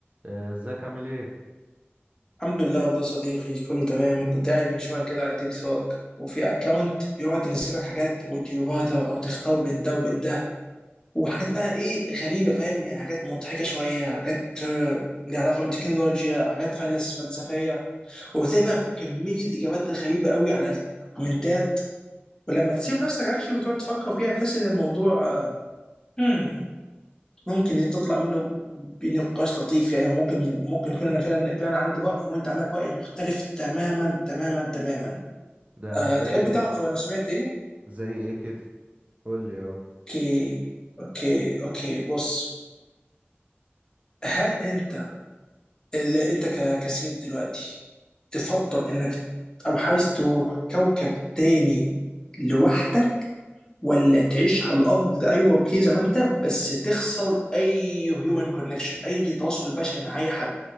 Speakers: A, on the right (about 35°); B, on the left (about 20°).
A: آه، ازيك عامل ايه
B: الحمد لله والله يا صديقي كله تمام كنت قاعد من شويه كده على تيك توك وفي اكونت بيقعد ينزل لك حاجات would you rather او تختار بين ده وبين ده وحاجات بقى ايه غريبه فاهم يعني حاجات مضحكه شويه حاجات آه، ليها علاقه بالتكنولوجيا حاجات فلس فلسفيه وبتلاقي بقى كميه اجابات غريبه قوي على الكومنتات ولما تسيب نفسك اكشلي وتقعد تفكر فيها بتحس ان الموضوع آه، hmm ممكن تطلع منه بنقاش لطيف يعني ممكن ممكن يكون انا فعلا يكون انا عندي راي وانت عندك راي مختلف تماما تماما تماما
A: ده
B: أه
A: زي
B: تحب
A: ايه
B: تعرف
A: كده
B: انا سمعت ايه
A: زي ايه كده قول لي اهو
B: اوكي اوكي اوكي بص هل انت اللي انت ك- كسيف دلوقتي تفضل انك او عايز تروح كوكب تاني لوحدك ولا تعيش على الارض ده ايوه اوكي زي ما انت بس تخسر اي هيومن كونكشن اي تواصل بشري مع اي حد